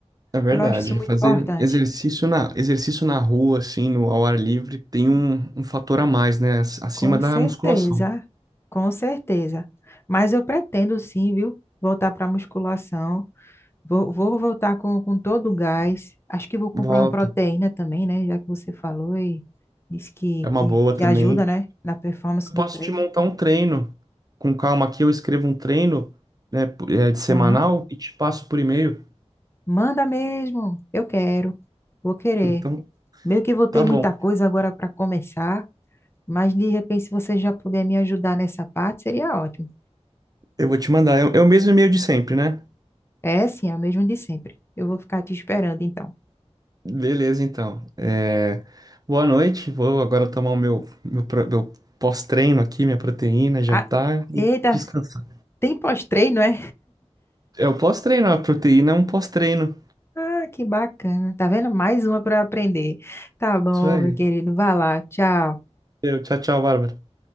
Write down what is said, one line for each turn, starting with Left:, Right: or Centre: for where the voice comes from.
Right: É verdade.
Left: Eu acho isso muito
Right: Fazer
Left: importante.
Right: exercício na, exercício na rua, assim, no, ao ar livre, tem um, um fator a mais, né? Acima
Left: Com
Right: da
Left: certeza,
Right: musculação.
Left: com certeza. Mas eu pretendo sim, viu? Voltar para musculação. Vou, vou voltar com, com todo o gás. Acho que vou comprar
Right: Volta.
Left: uma proteína também, né? Já que você falou e disse que,
Right: É uma
Left: que,
Right: boa
Left: que
Right: também.
Left: ajuda, né? Na performance
Right: Eu
Left: do
Right: posso
Left: treino.
Right: te montar um treino com calma aqui. Eu escrevo um treino, né, p- é, de semanal
Left: Aham.
Right: e te passo por e-mail. <laughs>
Left: Manda mesmo. Eu quero. Vou querer.
Right: Então,
Left: Meio que vou ter
Right: tá
Left: muita
Right: bom.
Left: coisa agora para começar, mas de repente, se você já puder me ajudar nessa parte, seria ótimo.
Right: Eu vou te mandar. É o é o mesmo e-mail de sempre, né?
Left: É sim, é o mesmo de sempre. Eu vou ficar te esperando, então.
Right: Beleza, então. É, Boa noite. Vou agora tomar o meu, meu, pro- meu pós-treino aqui, minha proteína, jantar
Left: Ah, eita,
Right: e descansar.
Left: tem pós-treino, é?
Right: É o pós-treino, a proteína é um pós-treino.
Left: Ah, que bacana. Tá vendo? Mais uma para aprender. Tá bom,
Right: Isso aí.
Left: meu querido. Vai lá. Tchau.
Right: Eu, tchau, tchau, Bárbara.